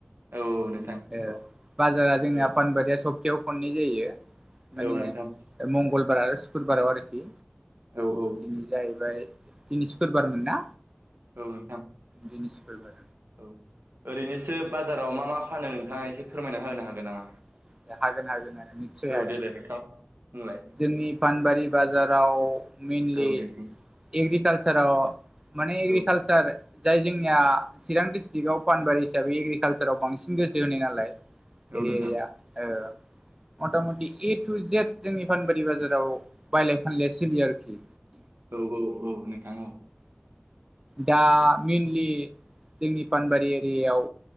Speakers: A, on the right; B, on the right.
A: औ औ नोंथां
B: औ बाजारा जोंनिया
A: औ
B: पानबारिया सबतायाव खननै जायो। माने
A: औ नोंथां
B: ओ मंगलबार आरो सुक्रबाराव आरोखि
A: औ औ
B: दिनै जाहैबाय दिनै सुकुरबारमोन ना?
A: औ नोंथां।
B: दिनै सुकुरबार।
A: औ ओरैनोसो बाजाराव मा-मा फानो? नोंथाङा एसे फोरमायना
B: आतसा-सा-सा-सा-सा
A: होनो हागोन नामा
B: हागोन-हागोन-हागोन नितसय
A: औ
B: हागोन।
A: देलाय नोंथां बुंलाय
B: जोंनि पानबारि बाजाराव मेनलि
A: औ नोंथां
B: एग्रिकालस राव माने एग्रिकालचार
A: औ
B: जाय जोंनिया चिरां डिसट्रिकआव पानबारि हिसाबै एग्रिकालसाराव बांसिन गोसो होनाय नालाय
A: औ
B: एरियाया
A: नोंथां
B: ओ मथा-मथि ए टु जेद जोंनि पानबारि बाजाराव बायलाय-फानलाया सोलियो आरोखि।
A: औ औ‌ औ नोंथां औ।
B: दा मेनलि जोंनि पानबारि एरियायाव